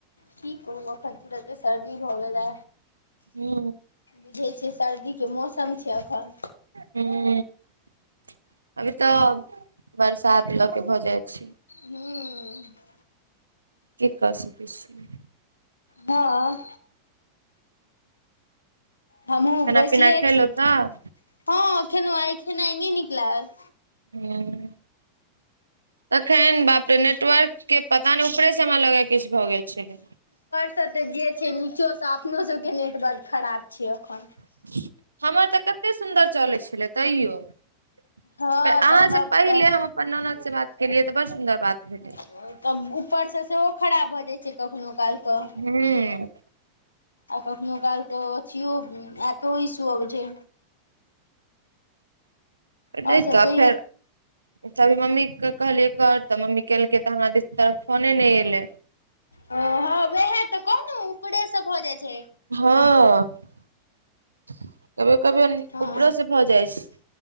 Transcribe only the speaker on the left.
ठीक एखन तुरन्ते सर्दी भ गेले।
बुझै छियै सर्दी के मौसम छै एखन।
हं अं।
हं अं। हमहुं
बैसले
छी।
<inaudible> हँ खेलौं, आइ खेनाइ नै नीक लागल।
ऊपर त जे छै नीचोंसं अपनो सबके नेटवर्क खराब छै अखन।
हँ
तऽ हब
तऽ
<inaudible> तब ऊपरसं सेहो खराब भ जाइ छै कखनो काल क।
आ कखनो काल क अथियो, एपो इश्यू अबै छै। आओर
सब
कहियौ
ओ हँ, उहे त कहलौ ऊपरेसं भ जाइ छै।
हँ